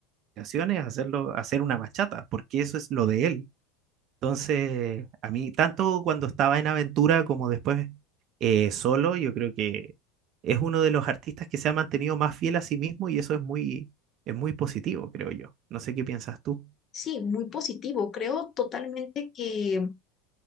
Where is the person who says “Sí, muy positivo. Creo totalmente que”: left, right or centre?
Left